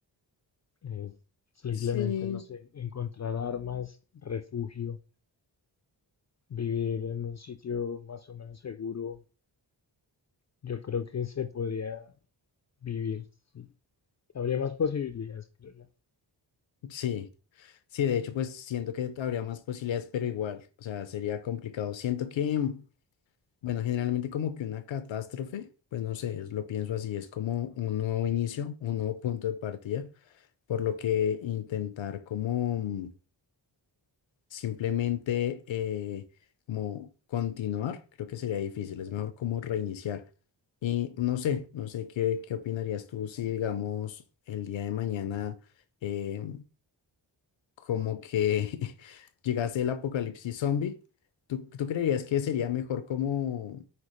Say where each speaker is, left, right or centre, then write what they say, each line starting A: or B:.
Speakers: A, on the left; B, on the left.
A: Eh, simplemente,
B: Sí,
A: no sé, encontrar armas, refugio, vivir en un sitio más o menos seguro. Yo creo que se podría vivir, sí. Habría más posibilidades, creo yo.
B: sí, sí, de hecho, pues siento que habría más posibilidades, pero igual, o sea, sería complicado. Siento que, bueno, generalmente como que una catástrofe, pues no sé, es- lo pienso así, es como un nuevo inicio, un nuevo punto de partida, por lo que intentar como simplemente eh, como continuar, creo que sería difícil, es mejor como reiniciar. Y no sé, no sé qué, qué opinarías tú si, digamos, el día de mañana eh, como que <laughs> llegase el apocalipsis zombie, ¿tú, tú creerías que sería mejor como